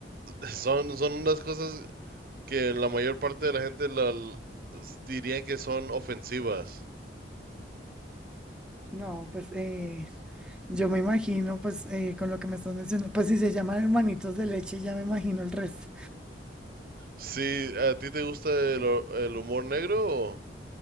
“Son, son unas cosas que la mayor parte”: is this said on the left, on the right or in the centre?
Right